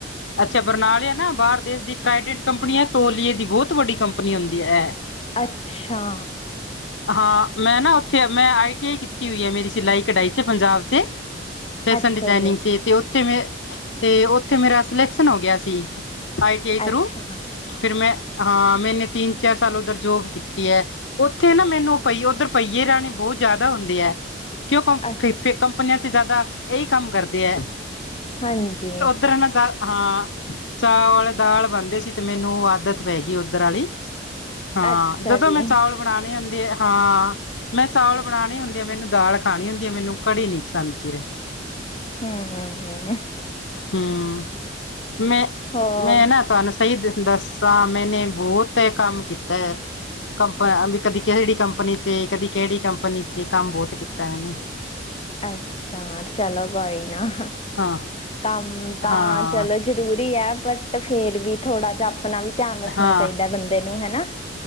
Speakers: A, on the left (about 85°); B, on the left (about 30°).
A: ਅੱਛਾ ਬਰਨਾਲੇ ਆ ਨਾ ਬਾਹਰ ਦੇਸ਼ ਦੀ ਟ੍ਰਡੈਂਟ ਕੰਪਨੀ ਐ, ਤੋਲੀਏ ਦੀ ਬਹੁਤ ਵੱਡੀ ਕੰਪਨੀ ਹੁੰਦੀ ਐ।
B: ਅੱਛਾ।
A: ਹਾਂ ਮੈਂ ਨਾ ਉੱਥੇ ਮੈਂ ਆਈ ਟੀ ਆਈਂ ਕੀਤੀ ਹੋਈ ਆ ਮੇਰੀ ਸਿਲਾਈ ਕਢਾਈ ਚ ਪੰਜਾਬ ਚ ਫੈਸ਼ਨ
B: ਅੱਛਾ
A: ਡਿਜਾਨਿੰਗ
B: ਜੀ
A: ਚ ਤੇ ਉੱਥੇ ਉੱਥੇ ਮੇਰਾ ਸਿਲੈਕਸ਼ਨ ਹੋ ਗਿਆਂ ਸੀਂ। ਆਈ ਟੀ ਆਈਂ ਥਰੂ
B: ਅੱਛਾ
A: ਫਿਰ ਮੈਂ, ਹਾਂ ਮੈਂਨੇ ਤਿੰਨ ਚਾਰ ਸਾਲ ਉਧਰ ਜੋਬ ਕੀਤੀ ਐ। ਉੱਥੇ ਨਾ ਮੈਨੂੰ ਉਹ ਭਹੀ ਉੱਧਰ ਭਹੀਏ ਰਾਣੀ ਬਹੁਤ ਜ਼ਿਆਦਾ ਹੁੰਦੀ ਐ। ਕਿਉ ਕੰ
B: ਅ
A: ਫੇ ਕੰਪਨੀਆਂ ਚ ਜ਼ਿਆਦਾ ਇਹੀ ਕੰਮ ਕਰਦੇ ਆ।
B: ਹਾਂਜੀ।
A: ਦਰਾਨਾ ਦਾ ਹਾਂ। ਚਾਵਲ ਦਾਲ਼ ਬਣਦੇ ਸੀ, ਤੇ ਮੈਂਨੂੰ ਆਦਤ ਪੈਗੀ ਉੱਧਰ ਆਲੀ। ਹਾਂ
B: ਅੱਛਾ
A: ਜਦੋਂ
B: ਜੀ
A: ਮੈਂ ਚਾਵਲ ਬਣਾਉਣੇ ਹੁੰਦੇ ਆ, ਹਾਂ ਮੈਂ ਚਾਵਲ ਬਣਾਉਣੇ ਹੁੰਦੈ ਆ ਮੈਂਨੂੰ ਦਾਲ ਖਾਣੀ ਹੁੰਦੀ ਆ, ਮੈਂਨੂੰ ਕੜੀ ਨੀ ਪਸਦ ਜੀਰੇ
B: ਹੂੰ- ਹੂੰ- ਹੂੰ।
A: ਹੂੰ ਮੈਂ-ਮੈਂ
B: ਹੋਰ
A: ਨਾ ਤੁਹਾਂਨੂੰ ਸਹੀ ਦੱਸਾਂ ਮੈਂਨੇ ਬਹੁਤ ਏਂ ਕੰਮ ਕੀਤਾ ਐ, ਕੰਪ ਕਦੀਂ ਕਿਹੜੀ ਕੰਪਨੀ ਕੰਪਨੀ ਚ ਕਦੀ ਕਿਹੜੀ ਕੰਪਨੀ ਚ ਕੰਮ ਬਹੁਤ ਕੀਤਾ ਮੈਨੇ।
B: ਅੱਛਾ ਚਲੋ ਕੋਈ ਨਾ,
A: ਹਾਂ
B: ਕੰਮ ਤਾਂ
A: ਹਾਂ
B: ਚਲੋ ਜ ਜ਼ਰੂਰੀ ਐ, ਬਟ ਫੇਰ ਵੀ ਥੋੜਾਂ ਜਿਹਾਂ ਆਪਣਾਂ ਵੀ ਧਿਆਂਨ ਰੱਖਣਾਂ
A: ਹਾਂ
B: ਚਾਹੀਂਦਾ ਬੰਦੇ ਨੂੰ ਹਨਾ